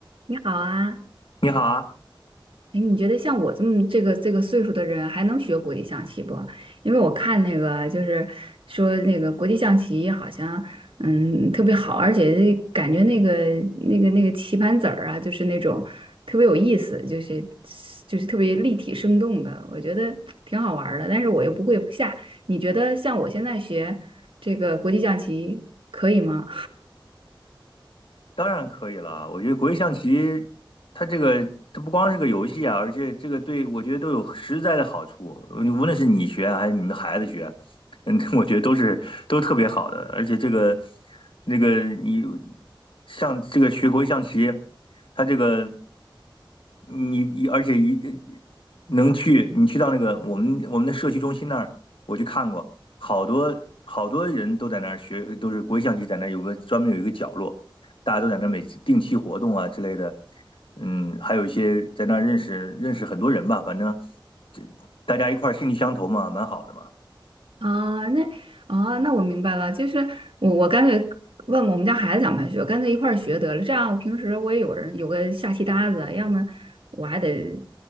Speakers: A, on the right; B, on the left.
A: 你好啊，
B: 你好啊，
A: 哎，你觉得像我这么这个这个岁数的人还能学国际象棋不？因为我看那个就是说那个国际象棋好像嗯特别好，而且感觉那个那个那个棋盘子儿啊，就是那种特别有意思，就是就是特别立体生动的，我觉得挺好玩儿的。但是我又不会下，你觉得像我现在学这个国际象棋可以吗？
B: 当然可以了。我觉得国际象棋，它这个它不光是个游戏啊，而且这个对我觉得都有实在的好处。你无论是你学还是你们孩子学，嗯，<laughs> 我觉得都是都特别好的。而且这个那个你像这个学国际象棋，它这个你而且一能去你去到那个我们我们的社区中心那儿，我去看过，好多好多人都在那儿学，都是国际象棋在那儿有个专门有一个角落。大家都在那每定期活动啊之类的，嗯，还有一些在那认识认识很多人吧，反正这大家一块儿兴趣相投嘛，蛮好的嘛。
A: 啊，那啊，那我明白了，就是我我干脆问问我们家孩子想不想学，干脆一块儿学得了。这样我平时我也有人有个下棋搭子，要么我还得